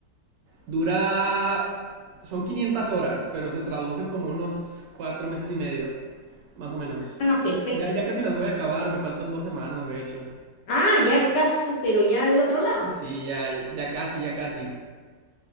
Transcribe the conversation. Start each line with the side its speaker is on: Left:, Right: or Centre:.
Right: Dura. Son 500 horas, pero se traduce como unos 4 meses y medio, más o menos.
Left: Ah, perfecto.
Right: Ya, ya casi las voy a acabar, me faltan dos semanas, de hecho.
Left: Ah, ya estás, pero ya del otro lado.
Right: Sí, ya, ya casi, ya casi.